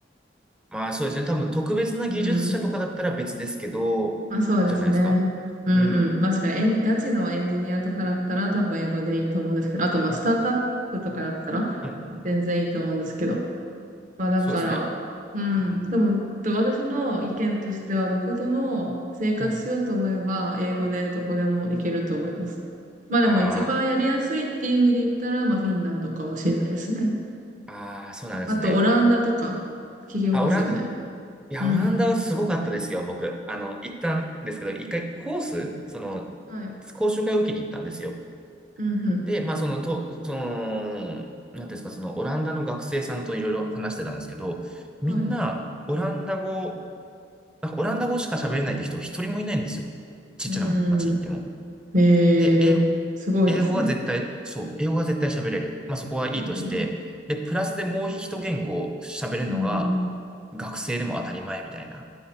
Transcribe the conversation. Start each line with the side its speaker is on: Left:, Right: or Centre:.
Centre: まあそうですね。多分特別な技術者とかだったら別ですけど、
Right: うん。まあそうですね。
Centre: じゃないですか。
Right: うんうん。
Centre: うん。
Right: 確かにエン、ガチのエンジニアとかだったら多分英語でいいと思うんですけど、あとまあスタートアップとかだったら全然いいと思うんですけど。
Centre: うんうん。
Right: まあだから、
Centre: そうですね。
Right: うん。
Centre: うん。
Right: でも、で私の意見としてはどこでも生活しようと思えば英語でどこでもいけると思います。
Centre: うん。
Right: まあでも一番やりやすいっていう意味で言ったら、
Centre: あ
Right: まあフィンランドかもしれないですね。
Centre: あ、ああ、そうなんですね。
Right: あとオランダとか聞きますよね。
Centre: あ、オランダも、いや、
Right: うん。
Centre: オランダはすごかったですよ、僕。あの、行ったんですけど、一回コース、その、
Right: はい。
Centre: 講習会を受けに行ったんですよ。
Right: うんう
Centre: で、まあ、その、と、その、なんていうんですか、その、オランダの学生さんといろいろ話してたんですけど、みんな、
Right: ん。はい。
Centre: オランダ語、なんかオランダ語しか喋れないって人一人もいないんですよ。ちっちゃな町に行っても。
Right: うん。え
Centre: で、英語、
Right: え、すごいですね。
Centre: 英語は絶対、そう、英語は絶対喋れる。まあ、そこはいいとして、
Right: えー
Centre: で、プラスでもう一言語喋れるのが、
Right: うんうん、
Centre: 学生でも当たり前みたいな。